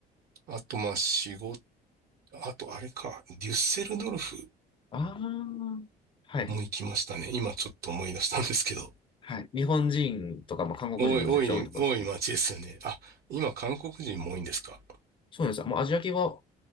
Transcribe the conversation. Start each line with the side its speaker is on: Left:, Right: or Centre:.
Right: あ、あと、まあ、仕事、あと、あれか、デュッセルドルフ
Left: ああ、はい。
Right: も行きましたね。今、ちょっと思い出したんですけど。
Left: はい。日本人とか、まあ、韓国人がめちゃくちゃ多いところですね。
Right: 多い、多い、多い街ですよね。あ、今、韓国人も多いんですか。
Left: そうなんですよ。もうアジア系はも